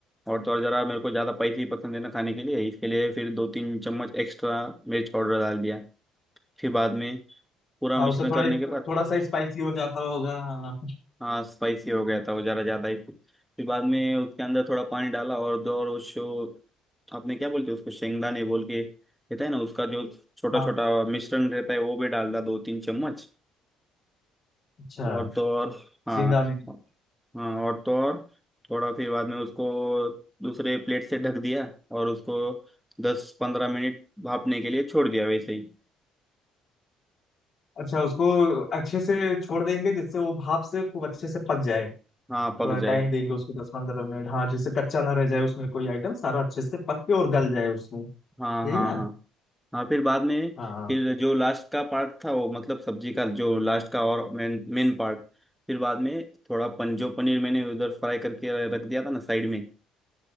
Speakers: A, in the centre; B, on the left.
A: और तो और जरा मेरे को ज्यादा स्पाइसी पसंद है ना खाने के लिए इसके लिए फिर दो तीन चम्मच एक्स्ट्रा मिर्च पाउडर डाल दिया फिर बाद में पूरा
B: हाँ
A: मिश्रण
B: उससे थोड़ा
A: करने के बाद
B: थोड़ा सा स्पाइसी हो जाता होगा हाँ
A: हाँ स्पाइसी हो गया था वो ज़रा ज़्यादा ही फिर बाद में उसके अंदर थोड़ा पानी डाला और दो और उसको आपने क्या बोलते हैं उसको शेंगदाने बोल के रहता है ना उसका जो छोटा
B: हाँ
A: छोटा मिश्रण रहता है वो भी डाल दिया दो तीन चम्मच
B: अच्छा
A: और तो और हाँ
B: सिंगदाने
A: हाँ और तो और थोड़ा फिर बाद में उसको दूसरे प्लेट से ढक दिया और उसको दस पंद्रह मिनट भापने के लिए छोड़ दिया वैसे ही
B: अच्छा उसको अच्छे से छोड़ देंगे जिससे वो भाप से खूब अच्छे से पक जाए
A: हाँ पक
B: थोड़ा
A: जाए
B: टाइम देंगे उसको दस पंद्रह मिनट हाँ जिससे कच्चा ना रह जाए उसमें कोई आइटम सारा अच्छे से पक के और गल जाए उसमें
A: हाँ
B: यही
A: हाँ
B: ना
A: हाँ हाँ फिर बाद में
B: हाँ हाँ
A: फिर जो लास्ट का पार्ट था वो मतलब सब्जी का जो लास्ट का और मेन मेन पार्ट फिर बाद में थोड़ा पन जो पनीर मैंने उधर फ्राई करके रख दिया था ना साइड में